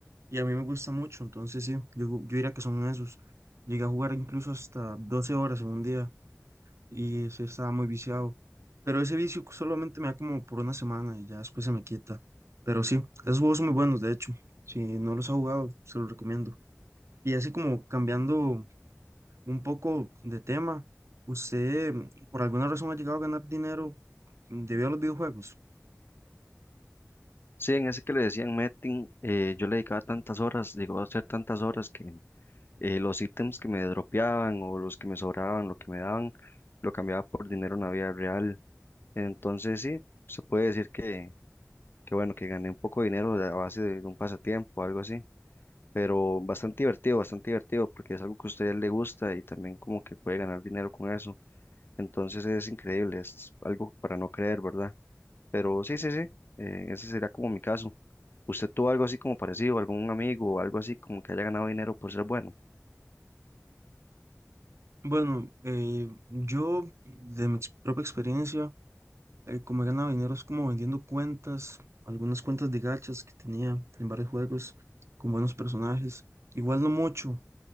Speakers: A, on the right (about 60°); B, on the left (about 45°).
A: Y a mí me gusta mucho, entonces sí, yo, yo diría que son esos. Llegué a jugar incluso hasta 12 horas en un día y sí estaba muy viciado. Pero ese vicio solamente me da como por una semana y ya después se me quita. Pero sí, esos juegos son muy buenos, de hecho. Si no los ha jugado, se los recomiendo. Y así como cambiando un poco de tema, ¿usted mm, por alguna razón ha llegado a ganar dinero debido a los videojuegos?
B: Sí, en ese que le decían Metin, eh, yo le dedicaba tantas horas, llegó a hacer tantas horas que eh, los ítems que me dropeaban o los que me sobraban, lo que me daban, lo cambiaba por dinero en la vida real. Entonces sí, se puede decir que, que bueno, que gané un poco de dinero de- a base de, un pasatiempo o algo así, pero bastante divertido, bastante divertido porque es algo que a usted le gusta y también como que puede ganar dinero con eso. Entonces es increíble, es algo para no creer, ¿verdad? Pero sí, sí, sí, eh, ese sería como mi caso. ¿Usted tuvo algo así como parecido, algún amigo o algo así como que haya ganado dinero por ser bueno?
A: Bueno, eh, yo de mi ex- propia experiencia eh, como he ganado dinero es como vendiendo cuentas, algunas cuentas de gachas que tenía en varios juegos con buenos personajes. Igual no mucho.